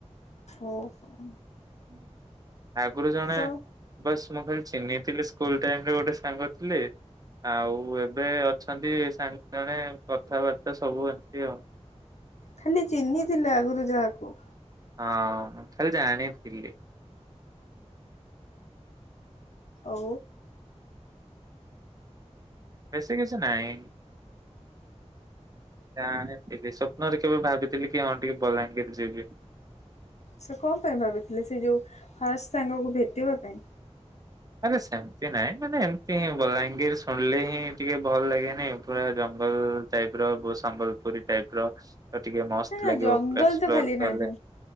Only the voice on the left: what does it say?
ଓହୋ।
ତ
ଖାଲି ଚିହ୍ନିଥିଲେ ଆଗରୁ ଯାହାକୁ
ଓ।
ସେ କଣ ପାଇଁ ଭାବିଥିଲେ ସେ ଯୋଉ ଫାର୍ଷ୍ଟ ସାଙ୍ଗକୁ ଭେଟିବା ପାଇଁ?
ନା ନା
ଜଙ୍ଗଲ
ତ ଖାଲି
ନାହିଁ।